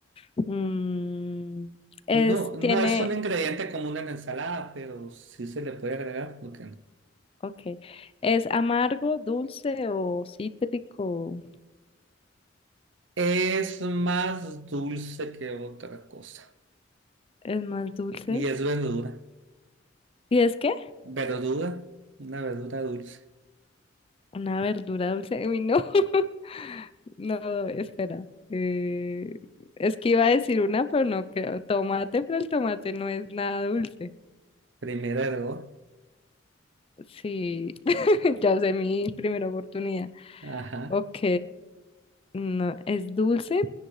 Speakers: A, on the left; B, on the right.
A: Mm, es,
B: No, no
A: tiene
B: es un ingrediente común en la ensalada, pero sí se le puede agregar, ¿por qué no?
A: Ok. ¿Es amargo, dulce o cítrico?
B: Es más dulce que otra cosa.
A: ¿Es más dulce?
B: Y es verdura.
A: ¿Y es qué?
B: Verdura, una verdura dulce.
A: ¿Una verdura dulce? Uy, no. <laughs> No, espera. Eh, es que iba a decir una, pero no creo. Tomate, pero el tomate no es nada dulce.
B: Primer error.
A: Sí, <laughs> ya usé mi primera oportunidad.
B: Ajá.
A: Ok. No, es dulce,